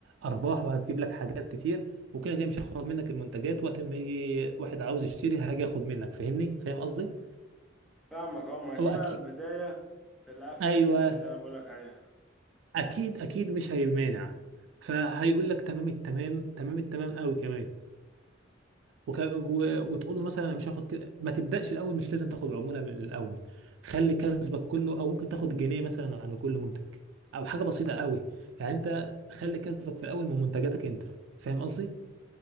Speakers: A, on the right (about 70°); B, in the centre.
A: ارباح وهتجيب لك حاجات كتير وكده كده مش هاخد منك المنتجات وقت ما يجي واحد عاوز يشتري هاجي اخد منك فاهمني فاهم قصدي
B: فاهمك اه ما هي
A: هو
B: دي
A: اكيد
B: بقى البداية في الافيليت
A: ايوه
B: اللي انا بقولك عليها
A: اكيد اكيد مش هيمانع فهيقول لك تمام التمام تمام التمام قوي كمان وك... و... وتقول له مثلا انا مش هاخد كده ما تبداش الاول مش لازم تاخد عموله من الاول خلي كسبك كله او ممكن تاخد جنيه مثلا على كل منتج او حاجه بسيطه قوي يعني انت خلي كسبك في الاول من منتجاتك انت فاهم قصدي